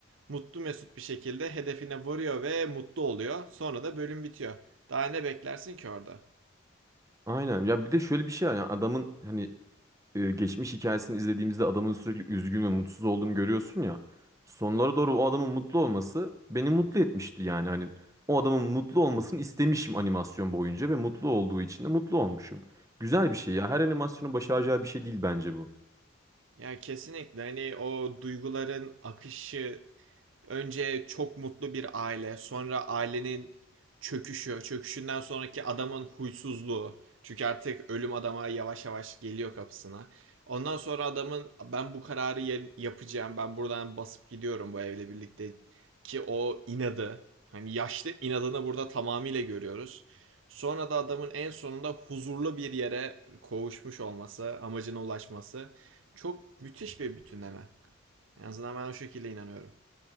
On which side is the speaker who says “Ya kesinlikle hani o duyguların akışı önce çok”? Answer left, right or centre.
Right